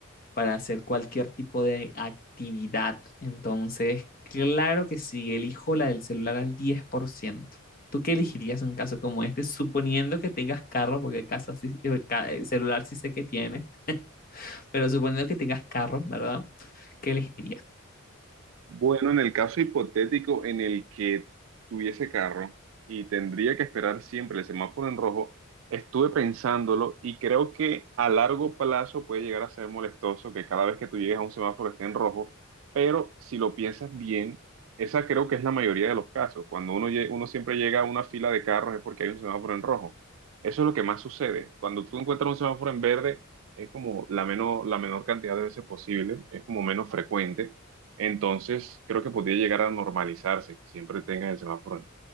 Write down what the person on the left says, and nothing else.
para hacer cualquier tipo de actividad. Entonces, claro que sí, elijo la del celular al 10%. ¿Tú qué elegirías en un caso como este? Suponiendo que tengas carro, porque casa sí- eh, ca- eh, celular sí sé que tienes, pero suponiendo que tengas carro, ¿verdad? ¿Qué elegirías?